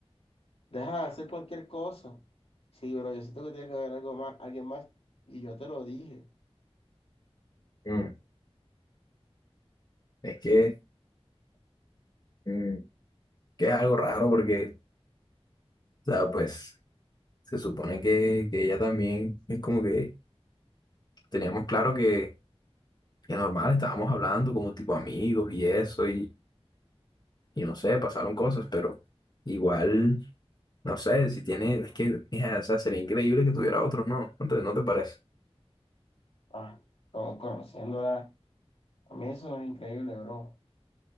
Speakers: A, on the left; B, on the left.
A: deja hacer cualquier cosa. Sí, pero yo siento que tiene que haber algo más, alguien más. Y yo te lo dije.
B: Mm, es que, mm, que es algo raro, porque, o sea, pues, se supone que, que ella también es como que teníamos claro que, que normal, estábamos hablando como tipo amigos y eso, Y no sé, pasaron cosas, pero igual, no sé, si tiene, es que, mija, o sea, sería increíble que tuviera otros, ¿no? ¿No te, no te parece?
A: Ah, como conociéndola. A mí eso no es increíble, bro.